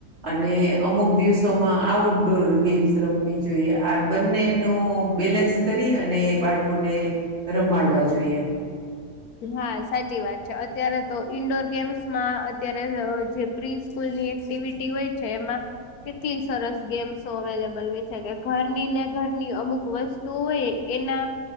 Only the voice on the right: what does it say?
અને, અમુક દિવસોમાં આઉટડોર ગેમ્સ રમવી જોઈએ આ બંને નુ બેલેન્સ કરી, અને બાળકોને રમાડવા જોઈએ